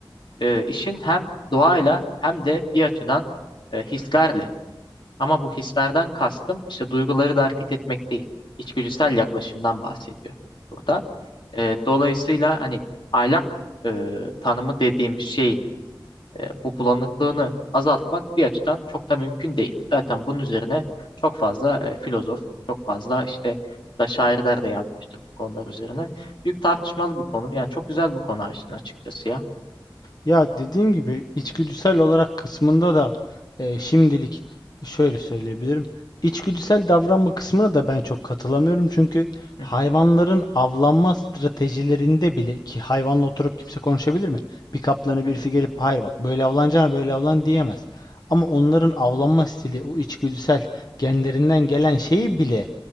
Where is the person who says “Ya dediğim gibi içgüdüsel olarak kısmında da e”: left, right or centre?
Left